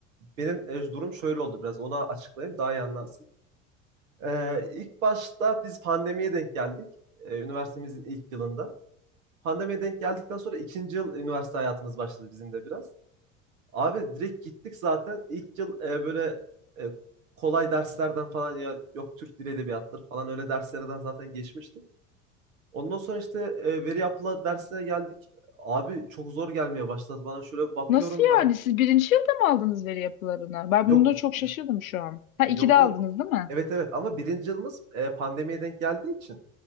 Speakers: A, on the right; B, on the left.
A: benim e, durum şöyle oldu biraz. Ona açıklayayım daha iyi anlarsın. Ee, ilk başta biz pandemiye denk geldik. Ee, üniversitemizin ilk yılında. Pandemiye denk geldikten sonra ikinci yıl üniversite hayatımız başladı bizim de biraz. Abi direkt gittik zaten. İlk yıl e, böyle e, kolay derslerden falan ya yok Türk Dili Edebiyatı'dır falan öyle derslerden zaten geçmiştik. Ondan sonra işte e, veri yapıla dersine geldik. Abi çok zor gelmeye başladı bana. Şöyle bakıyorum.
B: Nasıl yani?
A: ya
B: Siz birinci yılda mı aldınız veri yapılarını? Ben
A: Yok
B: bunda
A: ik-
B: çok şaşırdım şu an. Ha
A: yok
B: ikide aldınız
A: yok.
B: değil mi?
A: Evet evet ama birinci yılımız e, pandemiye denk geldiği için.